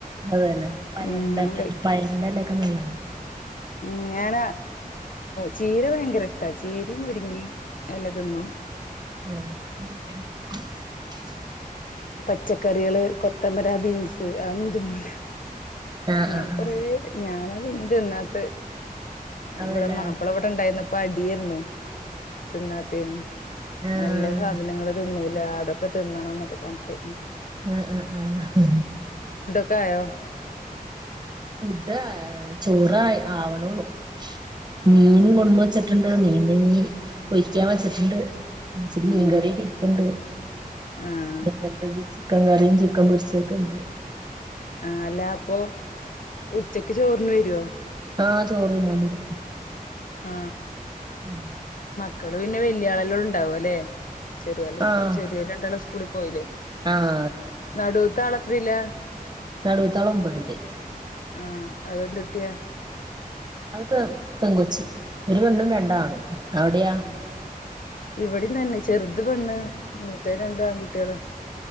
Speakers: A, on the right; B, on the left.
A: അതേനെ പയറിന്റെല്ല
B: ഉം ഞാൻ
A: പയറിന്റെലൊക്കെ നല്ല
B: ഉ ഞാനാ ചീര ഭയങ്കര ഇഷ്ടാ ചീരും മുരിങ്ങിം ഏലതിന്നും
A: ആഹ
B: പച്ചക്കറികള്, കൊത്തമര, ബീൻസ് അതൊന്നും തിന്നൂല.
A: ആഹ്
B: അങ്ങനെ
A: ആഹ്
B: കൊറേ.
A: ആഹ്
B: ഞാനാ ഇനി തിന്നാത്തത്.
A: അതല്ലേ
B: വിടെ മാപ്പള ഇവിടെ ണ്ടായിന്നപ്പോ, അടിയേര്ന്നു തിന്നാത്തേന്.
A: ആഹ്
B: നല്ല സാധനങ്ങള് തിന്നൂല, അതൊക്കെ തിന്നണം ന്നൊക്കെ പറഞ്‌ട്ട്
A: അ, അ, ആ ഹ, ഹ.
B: ക്കായോ?
A: ഫുഡ് ചോറ് ആവണൊള്ളൂ, മീനും
B: ആഹ്
A: കൊടുന്ന് വെച്ചിട്ടുണ്ട മീനി നി പൊരിക്കാൻ വെച്ചിട്ടുണ്ട്, ച്ചിരി
B: ആഹ്
A: മീൻകറി ഇരിപ്പുണ്ട്
B: ആഹ്
A: ഇന്നലത്തെ ചിക്കൻ കറിയും, ചിക്കൻ പൊരിച്ചതൊക്കെ യിണ്ട്
B: ആ അല്ല. അപ്പൊ ഉച്ചക്ക് ചോറിന് വരോ?
A: ആഹ് ചോരിന്നാ വരും.
B: ആ
A: ഉം.
B: മക്കള് പിന്നെ വല്ലിയാള ല്ലെ ണ്ടാവ ല്ലെ. ചെറിയ സ്
A: ആഹ്
B: ചെറിയോല് രണ്ടാളും സ്കൂളി പോയില്ലെ?
A: ആഹ്
B: നടൂത്താള് എത്രിലാ?
A: നടൂത്താള് ഒമ്പതില്.
B: ആഹ അതെന്തുട്ടിയാ?
A: അത് പെ പെങ്കൊച്ച്. ഒരു പെണ്ണും, രണ്ടാണും അവിടെയാ?
B: ഇവടേം തന്നെ. ചെറുത് പെണ്ണ്, മൂത്തത് രണ്ടും ആൺകുട്ടേള്.